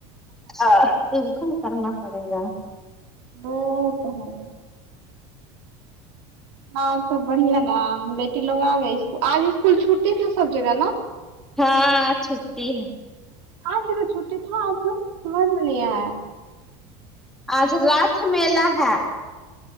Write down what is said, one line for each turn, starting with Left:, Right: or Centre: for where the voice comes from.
Centre: آ بالکل کرنا پڑے گا
Right: وہ تو ہے ہاں سب بڑھیا نا بیٹی لوگ آ گئے اسکول آج اسکول چھٹی تھا سب جگہ نا
Centre: ہاں ہاں چھٹی ہے
Right: آج تیرا چھٹی تھا آج سمجھ میں نہیں آیا ہے
Centre: آج راتھ میلہ ہے